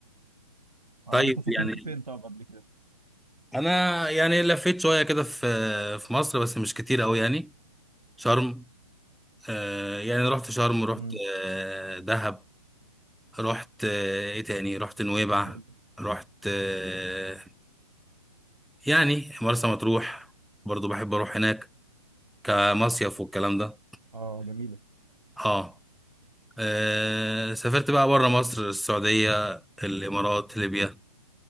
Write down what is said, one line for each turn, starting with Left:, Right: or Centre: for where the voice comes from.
Right: اه
Centre: طيب
Right: انت سافرت
Centre: يعني
Right: فين طب قبل كده
Centre: انا يعني لفيت شوية كده في في مصر بس مش كتير قوي يعني شرم آه يعني رحت شرم رحت
Right: امم
Centre: آه دهب رحت آه، ايه تاني رحت نويبع
Right: حلو
Centre: رحت آه، يعني مرسى مطروح برضو بحب اروح هناك كمصيف والكلام ده
Right: اه جميله
Centre: اه آه، سافرت بقى بره مصر السعودية الامارات ليبيا